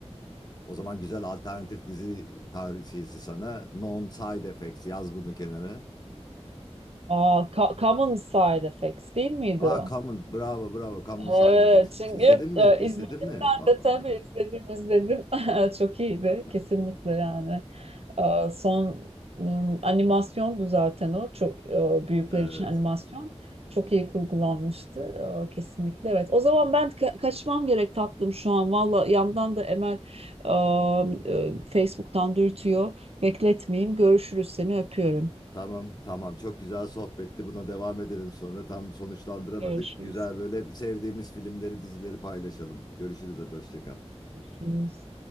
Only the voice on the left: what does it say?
O zaman güzel alternatif dizi tavsiyesi sana. Non Side Effects yaz bunu kenara.
Aa
Common bravo bravo Common
Side Effects.
İzledin mi?
İzledin
mi?
Aa.
<laughs>
Evet.
Tamam tamam çok güzel sohbetti. Buna devam edelim sonra. Tam sonuçlandıramadık.
Güzel böyle sevdiğimiz filmleri dizileri paylaşalım. Görüşürüz hadi hoşça kal.